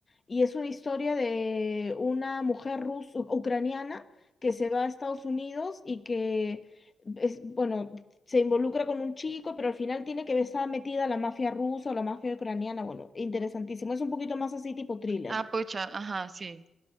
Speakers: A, on the left; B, on the right.
A: y es una historia de una mujer rusa, ucraniana que se va a Estados Unidos y que es, bueno, se involucra con un chico, pero al final tiene que estar metida la mafia rusa o la mafia ucraniana. Bueno, interesantísimo. Es un poquito más así tipo thriller.
B: Ah, pucha, ajá, sí.